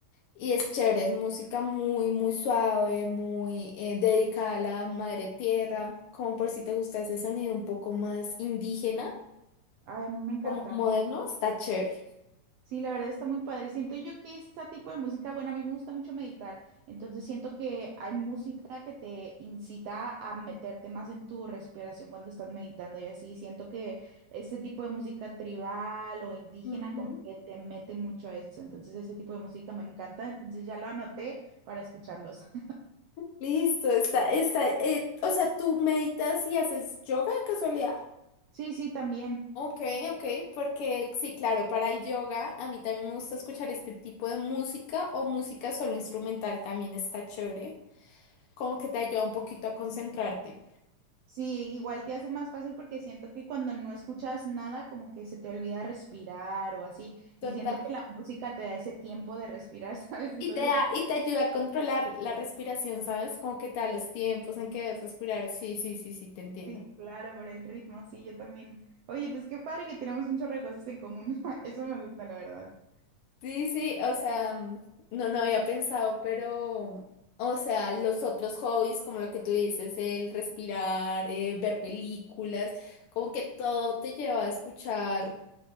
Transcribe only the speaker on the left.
y es chévere, es música muy, muy suave, muy eh, dedicada a la madre tierra, como por si te gusta ese sonido un poco más indígena,
como moderno, está chévere.
Ujú.
Listo, está, está, eh, o sea, ¿tú meditas y haces yoga de casualidad?
Ok, ok, porque sí, claro, para el yoga a mí también me gusta escuchar este tipo de música o música solo instrumental también está chévere, como que te ayuda un poquito a concentrarte.
Total.
Y te da, y te ayuda a controlar la respiración, ¿sabes? Como que te da los tiempos en que debes respirar. Sí, sí, sí, sí, te entiendo.
Sí, sí, o sea, mm, no, no había pensado, pero, o sea, los otros hobbies, como lo que tú dices, el respirar, eh, ver películas, como que todo te lleva a escuchar,